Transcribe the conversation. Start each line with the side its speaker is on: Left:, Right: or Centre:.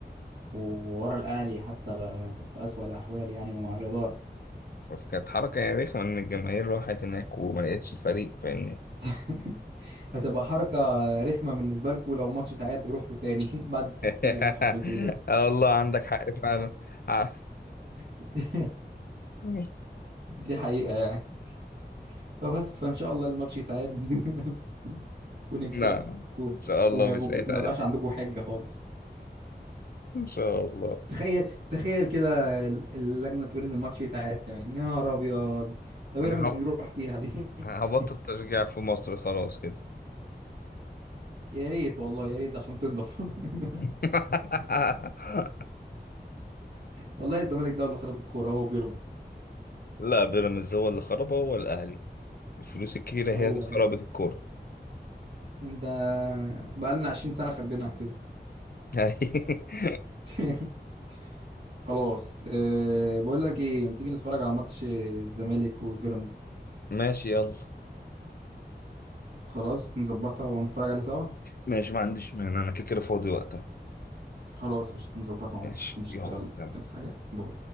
Right: وورا الاهلي حتى في اسوأ الاحوال يعني ومع الاداره
Left: بس كانت حركة يعني رخمة ان الجماهير راحت هناك وما لقيتش الفريق فاهمني؟
Right: <laughs> هتبقى حركه رخمه بالنسبه لكم لو ماتش تعادل ورحتوا تاني <laughs> بعد التحفيل
Left: <laughs>
Right: اللي انتوا حفلتوه ده
Left: اه والله عندك حق فعلا ع-
Right: <laughs>
Left: <laughs>
Right: دي حقيقه يعني فبس فان شاء الله الماتش يتعاد <laughs> ونكسبكو
Left: لا ان شاء الله
Right: وما يبقوا-
Left: مش هيتعرف
Right: ما يبقاش عندكم حجه خالص
Left: ان شاء الله
Right: تخيل تخيل كده ال- اللجنه تقول ان الماتش يتعاد كمان يا نهار ابيض ده بيراميدز
Left: انا هب-
Right: يروح فيها دي
Left: هبطل
Right: <laughs>
Left: تشجيع في مصر خلاص كده
Right: يا ريت والله يا ريت عشان تنضف <laughs>
Left: <laughs>
Right: والله الزمالك ده هو اللي خرب الكوره هو بيراميدز
Left: لا بيراميدز هو اللي خربها هو الاهلي الفلوس الكتيرة
Right: هو
Left: هي اللي
Right: لا
Left: خربت الكورة
Right: انت بقالنا 20 سنه خربينها كده
Left: <laughs>
Right: <laughs> خلاص أه بقول لك ايه ما تيجي نتفرج على ماتش الزمالك وبيراميدز
Left: ماشي يلا
Right: خلاص نظبطها ونتفرج عليه سوا
Left: ماشي ما عنديش مانع انا كده كده فاضي وقتها
Right: خلاص قشطة نظبطها مع
Left: ماشي
Right: بعض قشطة
Left: يلا
Right: يلا
Left: يلا.
Right: عايز حاجة باي